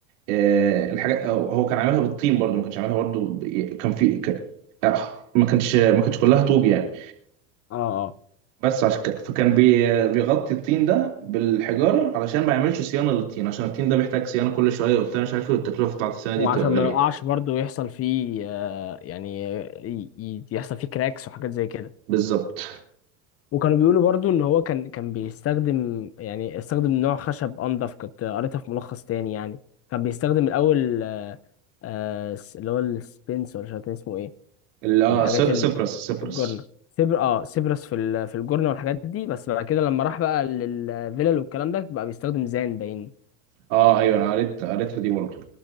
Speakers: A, on the right; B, on the left.
A: آه، الحاجه آه، هو كان عاملها بالطين برضو ما كانش عاملها برضو ب- كان في ك- آه، ما كانش ما كانش كلها طوب يعني
B: اه اه
A: بس عشان ك- فكان بي- بيغطي الطين ده بالحجاره علشان ما يعملش صيانه للطين عشان الطين ده بيحتاج صيانه كل شويه وبتاع مش عارف ايه والتكلفه بتاعت الصيانه دي
B: هو
A: بتبقى
B: عشان
A: غاليه
B: ما يقعش برضه يحصل فيه آه يعني ي- ي- يحصل فيه كراكس وحاجات زي كده
A: بالظبط
B: وكانوا بيقولوا برضه ان هو كان كان بيستخدم يعني استخدم نوع خشب انضف كنت قريتها في ملخص تاني يعني كان بيستخدم الاول آه آه، اللي هو السبنس ولا مش عارف كان اسمه ايه
A: ال- اه
B: كان الحاجات
A: س- سيبرس سيبرس
B: الجورنة سيبر اه سيبرس في ال... في الجورنة والحاجات دي بس بعد كده لما راح بقى للفيلل والكلام ده بقى بيستخدم زان باين
A: اه ايوه انا قريت قريتها دي برضه